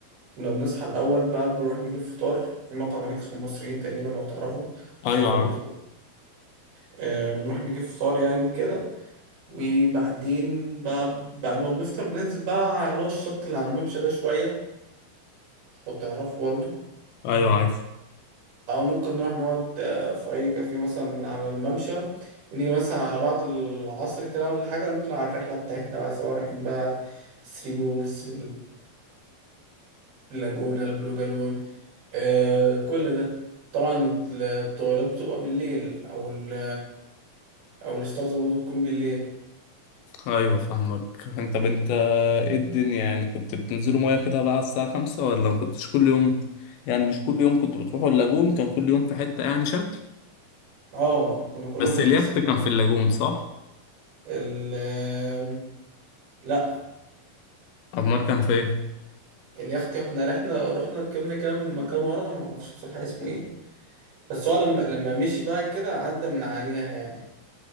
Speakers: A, on the right; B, on the left.
A: كنا بنصحى الأول بقى بنروح نجيب فطار في مطعم هناك اسمه المصريين تقريبا لو تعرفوا اسعاره
B: ايوه عارف
A: برضه كو- آه بنروح نجيب فطار يعني وكده وبعدين بقى بعد ما بنفطر بننزل بقى على اللي هو الشط اللي على الممشى ده شوية لو تعرفوا برضه
B: ايوه عارف
A: أو ممكن نروح نقعد آه، في أي كافيه مثلا من على الممشى ونيجي مثلا على بعد العصر كده ولا حاجة نطلع على الرحلة بتاعتنا بقى سواء رايحين بقى ثري بولز اللاجونة البلو جالون آه كل ده طبعا الطويلات بتبقى بالليل او ال او الستارز برضو بتكون بالليل
B: ايوه فاهمك انت طب انت ايه الدنيا يعني كنت بتنزلوا ميه كده بقى على الساعه خمسة ولا ما كنتش كل يوم يعني مش كل يوم كنتوا بتروحوا اللاجون كان كل يوم في حته يعني شكل
A: اه كنا كلهم
B: بس
A: في
B: اليخت
A: حتة ساكنة
B: كان في اللاجون صح
A: ال آم، لا
B: امال كان في ايه
A: اليخت احنا رحنا رحنا ركبنا كام مكان ورا ما اعرفش بصراحة اسمه ايه بس هو لما لما مشي بقى كده عدى من عليها يعني